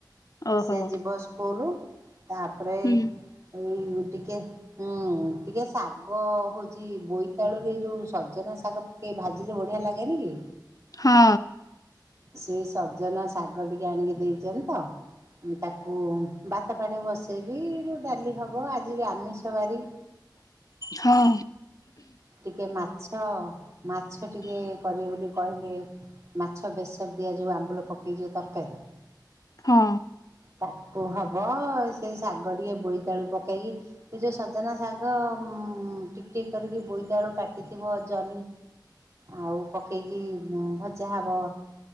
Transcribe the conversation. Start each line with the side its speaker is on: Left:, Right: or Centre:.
Left: ଓହୋ
Right: ସେ ଯିବ ସ୍କୁଲ ତାପରେ
Left: ହୁଁ
Right: ଏଇ ଟିକେ ହୁଁ ଟିକେ ଶାଗ ହଉଛି ବୋଇତାଳୁରେ ଯୋଉ ସଜନା ଶାଗ ଟିକେ ଭାଜିଲେ ବଢିଆ ଲାଗେନି କି?
Left: ହଁ।
Right: ସେ ସଜନା ଶାଗ ଟିକେ ଆଣିକି ଦେଇଚନ୍ତି ତ। ତାକୁ ବାତ ପାଣି ବସେଇବି ଡାଲି ହବ ଆଜି ବି ଆମିଷବାରି।
Left: ହଁ।
Right: ଟିକେ ମାଛ ମାଛ ଟିକେ କରିବେ ବୋଲି କହିଲେ। ମାଛ ବେସର ଦିଆଯିବ ଆମ୍ବୁଳ ପକାଇ ଯଉ ତରକାରୀ
Left: ହଁ।
Right: ତାକୁ ହବ ସେ ଶାଗ ଟିକେ ବୋଇତାଳୁ ପକେଇକି ଏ ଯୋଉ ସଜନା ଶାଗ ଉ ଟିକ୍ ଟିକ୍ କରିକି ବୋଇତାଳୁ କାଟିଥିବ ଜ ଆଉ ପକେଇକି ଭଜା ହବ।